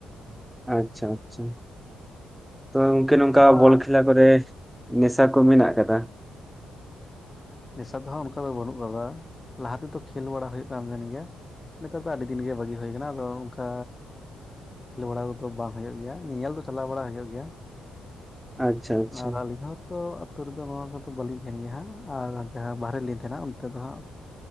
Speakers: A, in the centre; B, on the left.
A: ᱟᱪᱪᱷᱟ ᱟᱪᱪᱷᱟ ᱛᱚᱵᱮ ᱜᱚᱝᱠᱮ ᱱᱚᱝᱠᱟ
B: ᱱᱚᱣᱟ
A: ᱵᱚᱞ ᱠᱷᱮᱞᱟ ᱠᱚᱨᱮ ᱱᱮᱥᱟ ᱠᱚ ᱢᱮᱱᱟᱜ ᱠᱟᱫᱟ
B: ᱱᱮᱥᱟ ᱫᱚᱦᱟᱸᱜ ᱚᱱᱠᱟ ᱫᱚ ᱵᱟᱹᱱᱩᱜ ᱠᱟᱫᱟ ᱞᱟᱦᱟ ᱛᱮᱫᱚ ᱠᱷᱮᱞ ᱵᱟᱲᱟ ᱦᱩᱭᱩᱜ ᱠᱟᱱ ᱛᱟᱦᱮᱱ ᱜᱮᱭᱟ ᱱᱮᱛᱟᱨ ᱫᱚ ᱟᱹᱰᱤ ᱫᱤᱱ ᱜᱮ ᱵᱷᱟᱹᱜᱤ ᱦᱩᱭ ᱠᱟᱱᱟ ᱟᱫᱚ ᱚᱱᱠᱟ ᱠᱷᱮᱞ ᱵᱟᱲᱟ ᱠᱚᱫᱚ ᱵᱟᱝ ᱦᱩᱭᱩᱜ ᱜᱮᱭᱟ ᱧᱮᱧᱮᱞ ᱫᱚ ᱪᱟᱞᱟᱣ ᱵᱟᱲᱟ ᱦᱩᱭᱩᱜ ᱜᱮᱭᱟ
A: ᱟᱪᱪᱷᱟ ᱟᱪᱪᱷᱟ
B: ᱟᱨ ᱟᱹᱞᱤᱧ ᱦᱚ ᱛᱚ ᱟᱹᱛᱩ ᱨᱮᱫᱚ ᱱᱚᱣᱟ ᱠᱚᱫᱚ ᱵᱟᱹᱞᱤᱧ ᱛᱟᱦᱮᱱ ᱜᱮᱭᱟ ᱦᱟᱸᱜ ᱟᱨ ᱡᱟᱦᱟ ᱵᱟᱦᱨᱮ ᱞᱤᱧ ᱛᱮᱦᱮᱱ-ᱟ ᱚᱱᱛᱮ ᱫᱚ ᱦᱟᱸᱜ